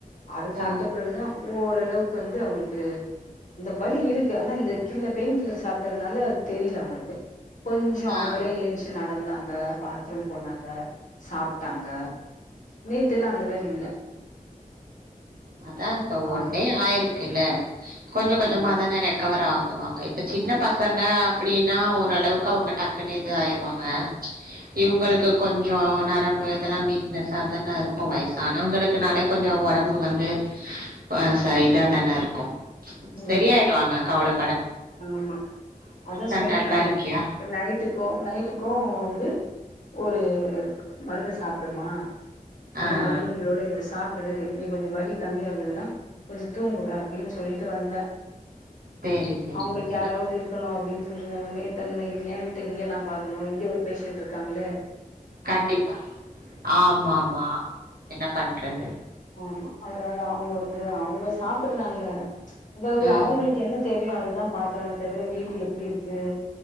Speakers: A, on the left; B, on the right.
A: அது சாப்புட்ட
B: ஓ
A: பிறகுதா ஓர் அளவுக்கு வந்து அவங்களுக்கு இந்த வலி இருக்கு ஆனா இந்த கில்லர் பெயின் கில்லர் சாப் டதுனால அது தெரியில அவங்களுக்கு கொஞ்சோ அவங்களே
B: ஆ
A: ஏஞ்சு நடக் வந்தாங்க பாத்ரூம் போனாங்க சாப்டாங்க நேத்து எல்லா அந்த மாரி இல்ல
B: அதா இப்ப
A: ஆ
B: ஒன்டே ஆயிருக்குல்ல கொஞ்ச கொஞ்சமாதான
A: ஆமா
B: ரெக்கவர் ஆகு வாங்க இப்ப சின்ன
A: ஆமா
B: பசங்க அப்படின்னா ஒரு ஓரளவுக்கு அவங்க டக்குன்னு இது ஆயிருவாங்க இவங்களுக்கு கொஞ்சம் கொஞ்சம் நரம்பு இதெல்லாம் வீக்னஸ் அப்டி தானே இருக்கும் வயசானவங்களுக்குனானே
A: ஆமா
B: கொஞ்சம் உடம்பு போன் ஆ சைட்ட தானே இருக்கும்
A: ம்
B: சரியாயிடுவாங்க கவலை
A: ஆமா அதான் சொல்ல
B: டல்லா
A: நானே
B: இருக்கியா
A: இப்ப நைட்டுக்கும் நைட்டுக்கும் வந்து ஒரு மருந்து சாப்பிடுமா
B: ஆ
A: அந்த மருந்துங்களோட
B: ஆ
A: இதை சாப்பி கொஞ்சம் வலி கம்மியா இருந்ததுன்னா கொஞ்சம் தூங்குக அப்படின்னு சொல்லிட்டு வந்தேன்
B: சேரி சேரி
A: அவங்களுக்கு
B: சேரி
A: யாராவது இருக்கணும் அப்படின்னு சொல்றங்க என் வீட்ட இங்க நான் பாக்கணும் இங்க ஒரு பேஷன்் இருக்கங்களே
B: கண்டிப்பா ஆமா ஆமா என்ன பண்றது
A: ஆமா அதனால அவங்க வந்து அவங்க சாப்பிடுறாங்க அதாவது
B: ம்
A: அவங்களுக்கு என்ன தேவையோ அதுதான் பாக்குறாங்க தவிர வீடு எப்படி இருக்கு